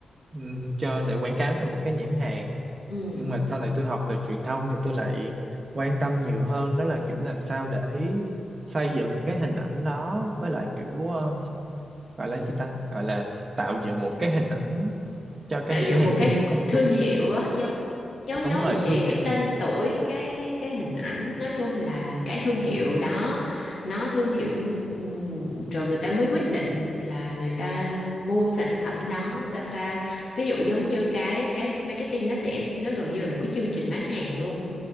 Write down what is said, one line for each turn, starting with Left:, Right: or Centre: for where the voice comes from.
Right: ừm, cho để quảng cáo cho một cái nhãn hàng
Left: ừ
Right: nhưng mà sau này tôi học về truyền thông thì tôi lại quan tâm nhiều hơn đó là kiểu làm sao để xây dựng cái hình ảnh đó với lại kiểu ờ, gọi là gì ta gọi là tạo dựng một cái hình ảnh cho
Left: tạo
Right: cái nhãn
Left: dựng
Right: hàng
Left: một cái
Right: đó trước công
Left: thương
Right: chúng
Left: hiệu á, giống giống
Right: đúng
Left: giống
Right: rồi
Left: vậy
Right: thương hiệu
Left: cái tên tuổi cái cái hình ảnh nói chung là cái thương hiệu đó nó thương hiệu ừm, rồi người ta mới quyết định là người ta mua sản phẩm đó sao sao ví dụ giống như cái cái marketing nó sẽ nó gần như là một cái chương trình bán hàng luôn